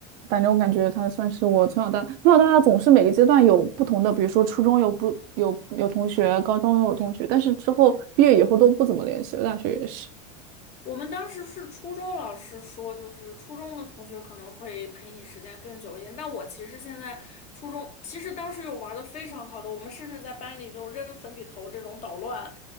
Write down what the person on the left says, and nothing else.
我们当时是初中老师说，就是初中的同学可能会陪你时间更久一点，但我其实现在初中其实当时有玩的非常好的，我们甚至在班里就扔粉笔头这种捣乱，